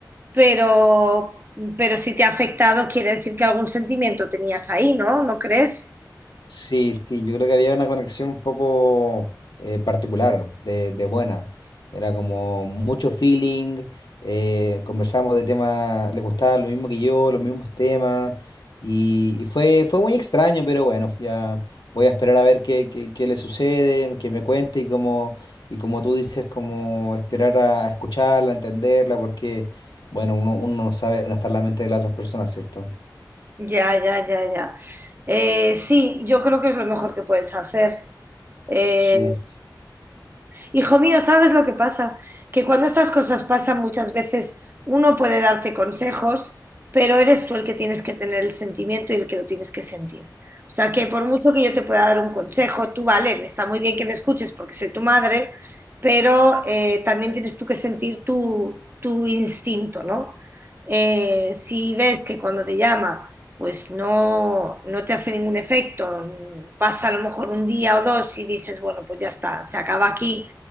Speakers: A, on the right; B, on the left.
A: pero, pero si te ha afectado quiere decir que algún sentimiento tenías ahí, ¿no? ¿No crees?
B: Sí, sí, yo creo que había una conexión un poco eh, particular, de, de buena. Era como mucho feeling, eh, conversábamos de temas, le gustaba lo mismo que yo, los mismos temas, y, y fue, fue muy extraño, pero bueno, ya voy a esperar a ver qué, qué, qué le sucede, que me cuente y como, y como tú dices, como esperar a, a escucharla, a entenderla, porque bueno, uno, uno no sabe, no está en la mente de las otras personas, ¿cierto?
A: Ya, ya, ya, ya. Eh, sí, yo creo que es lo mejor que puedes hacer. Eh,
B: Sí.
A: Hijo mío, ¿sabes lo que pasa? Que cuando estas cosas pasan muchas veces uno puede darte consejos, pero eres tú el que tienes que tener el sentimiento y el que lo tienes que sentir. O sea que por mucho que yo te pueda dar un consejo, tú vale, está muy bien que me escuches porque soy tu madre, pero eh, también tienes tú que sentir tu, tu instinto, ¿no? Eh, si ves que cuando te llama, pues no, no te hace ningún efecto, pasa a lo mejor un día o dos y dices, bueno, pues ya está, se acaba aquí